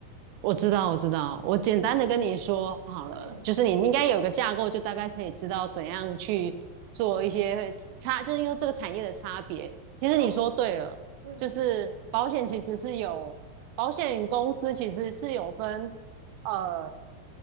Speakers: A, on the right; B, on the right.
A: 我知道，我知道，我简单的跟你说好了，
B: 嗯
A: 就是你应该有个架构，就大概可以知道怎样去做一些差，就是因为这个产业的差别。其实你说对了，
B: 懂，嗯
A: 就是保险其实是有保险公司其实是有分，呃，